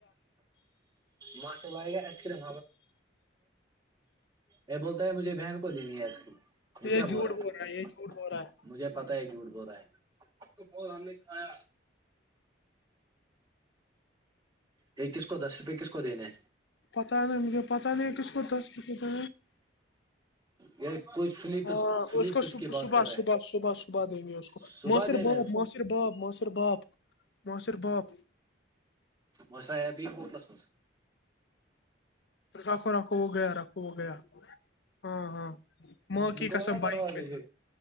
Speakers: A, on the right; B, on the left.
A: ماں سے لائے گا آئس کریم یہ ب مجھے بہن کو دینی ہے اس کی یہ کیا
B: جھوٹ
A: بول رہا ہے
B: یہ جھوٹ بول رہا ہے
A: مجھے پتا ہے جھوٹ بول رہا ہے نے کھایا یہ کس کو دس روپئے کس کو دینے
B: پتا نہیں مجھے پتا نہیں کس کو دس روپے
A: یہ کچھ فلپس
B: ہاں
A: فلپس
B: اس کو صب
A: کی بات
B: صبح
A: کر رہے
B: صبح
A: ہیں
B: صبح صبح دیں گے اس کو
A: صبح
B: موسر
A: دینا
B: باپ
A: ہے اس کو
B: موسر باپ موسر باپ ماسر باپ
A: مسا آ ہووٹلس م
B: رکھو رکھو وہ گیا رکھو وہ گیا ہاں ہاں ماں
A: دک
B: کی قسم بائک
A: دروجے
B: پہ
A: سے
B: تھا